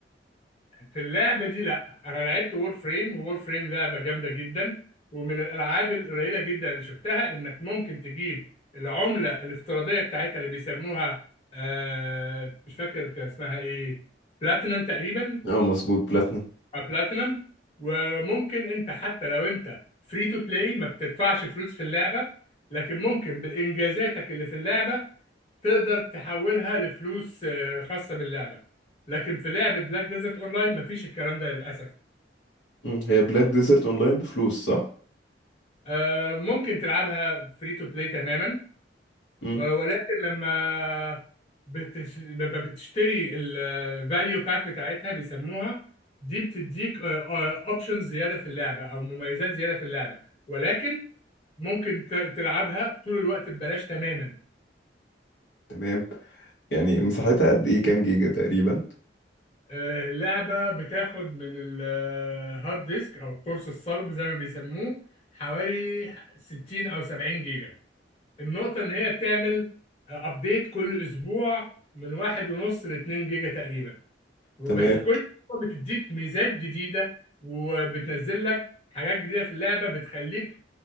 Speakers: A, on the left; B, on the left.
A: في اللعبة دي لا أنا لعبت وور فريم وور فريم لعبة جامدة جدا ومن الألعاب القليلة جدا اللي شفتها إنك ممكن تجيب العملة الافتراضية بتاعتها اللي بيسموها آه مش فاكر كان اسمها إيه بلاتينم تقريبا
B: اه مظبوط بلاتنم
A: أو بلاتينم وممكن أنت حتى لو أنت فري تو بلاي ما بتدفعش فلوس في اللعبة لكن ممكن بالإنجازاتك اللي في اللعبة تقدر تحولها لفلوس آه، خاصة باللعبة لكن في لعبة بلاك ديزرت أونلاين مفيش الكلام ده للأسف
B: مم، هي بلاك ديزرت اونلاين بفلوس صح؟
A: آه، ممكن تلعبها فري تو بلاي تماما
B: مم.
A: آه، ولكن لما بتش... ب- ب- بتشتري الفاليو باك بتاعتها بيسموها دي بتديك اوبشنز زياده في اللعبه او مميزات زياده في اللعبه ولكن ممكن ت- تلعبها طول الوقت ببلاش تماما
B: تمام يعني مساحتها قد ايه كام جيجا تقريبا
A: آه، اللعبه بتاخد من الهارد ديسك او القرص الصلب زي ما بيسموه حوالي 60 او 70 جيجا النقطة إن هي بتعمل أبديت كل أسبوع من واحد ونص لاتنين جيجا تقريبا وبس
B: تمام
A: كل أسبوع بتديك ميزات جديدة وبتنزل لك حاجات جديدة في اللعبة بتخليك